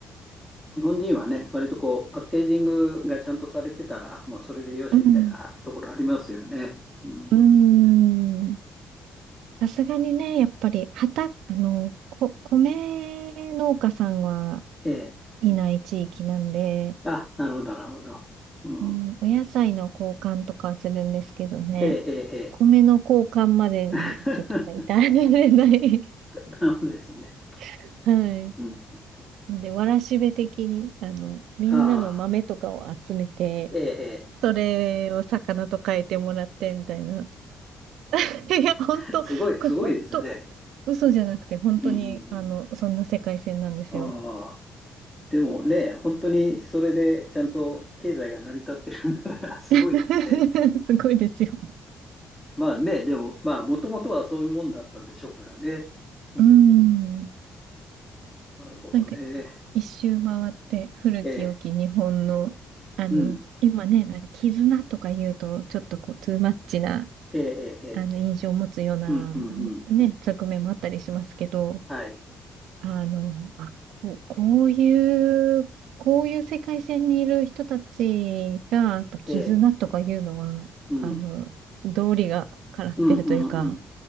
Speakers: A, on the left (about 15°); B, on the right (about 80°).
A: 日本人はね、割とこう、パッケージングがちゃんとされてたら、もうそれでよしみたいなところありますよね。
B: うん、
A: うん。
B: うん。さすがにね、やっぱり、畑、あの、こ、米農家さんは
A: ええ。
B: いない地域なんで、
A: あ、なるほど、なるほど。うん。
B: うん、お野菜の交換とかはするんですけどね、
A: ええ、ええ、ええ。
B: 米の交換までにちょっとね至られない
A: <laughs> なるほどですね。
B: <laughs> はい。
A: うん。
B: ので、わらしべ的に、あの、みんなの豆とかを集めて、
A: ああ、ええ、ええ。
B: それを魚と変えてもらってみたいな <laughs> いや、本当、
A: <laughs> すごい、
B: これ本当、
A: すごいですね。
B: 嘘じゃなくて、本当に、
A: うんうん
B: あの、そんな世界線なんですよ。
A: うん。ああ、でもね、本当にそれでちゃんと経済が成り立ってるんだから、<laughs> すごいですね。
B: <laughs>
A: うん
B: すごいですよ。
A: まあね、でも、まあ、もともとはそういうもんだったんでしょうからね。うん
B: うん。
A: なるほどね。
B: なんか、一周回って、古き良き日本の、
A: ええ、
B: あの、
A: うん、
B: 今ね、なんか、絆とか言うと、ちょっとこう、トゥーマッチな、
A: ええ、ええ、ええ
B: あの、印象を持つような、
A: うん、うん、
B: ね、
A: うん。
B: 側面もあったりしますけど、
A: はい。
B: あの、あ、こう、こういう、こういう世界線にいる人たちが、やっぱ絆とかいうのは、
A: ええ、うん、
B: あの、道理がからってるというか、
A: うん、うん、うん、うん、